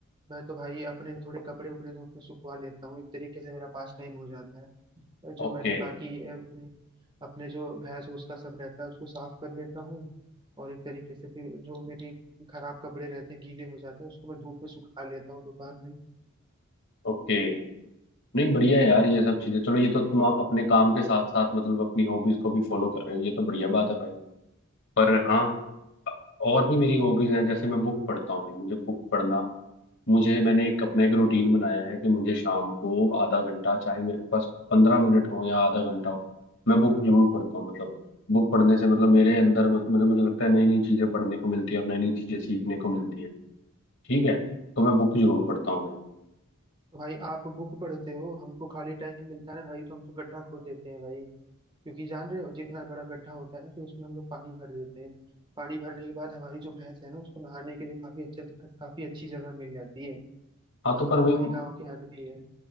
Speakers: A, on the right; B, on the left.
A: मैं तो भाई अपने थोड़े कपड़े उपड़े धूप में सुखवा लेता हूँ एक तरीके से मेरा पास टाइम हो जाता है जो
B: ओके
A: मैंने बाकी अ, अपने जो भैंस भूस का सब रहता है उसको साफ कर लेता हूँ और एक तरीके से फिर जो मेरे खराब कपड़े रहते हैं गीले हो जाते हैं उसको मैं धूप में सुखा लेता हूँ दोपहर में
B: ओके नहीं बढ़िया है यार ये सब चीजें चलो ये तो तुम अपने काम के साथ साथ मतलब अपनी हॉबीज को भी फॉलो कर रहे हो ये तो बढ़िया बात है भाई पर हाँ और भी मेरी हॉबीज हैं जैसे मैं बुक पढ़ता हूँ भाई मुझे बुक पढ़ना मुझे मैंने एक अपना एक रूटीन बनाया है कि मुझे शाम को आधा घंटा चाहे मेरे पास पंद्रह मिनट हो या आधा घंटा हो मैं बुक जरूर पढ़ता हूँ मतलब बुक पढ़ने से मतलब मेरे अंदर मत- मतलब मुझे लगता है नई नई चीजें पढ़ने को मिलती है और नई नई चीजें सीखने को मिलती है ठीक है तो मैं बुक जरूर पढ़ता हूँ भाई
A: तो भाई आप बुक पढ़ते हो हमको खाली टाइम मिलता है भाई तो हम तो गड्ढा खोद देते हैं भाई क्योंकि जान रहे हो जितना बड़ा गड्ढा होता है ना फिर उसमें हम लोग पानी भर देते हैं पानी भरने के बाद हमारी जो भैंस है ना उसको नहाने के लिए काफी अच्छा काफी अच्छी जगह मिल जाती है
B: हाँ
A: हम
B: तो पर
A: लोग
B: भाई
A: तो भाई
B: वो
A: गाँव के आदमी है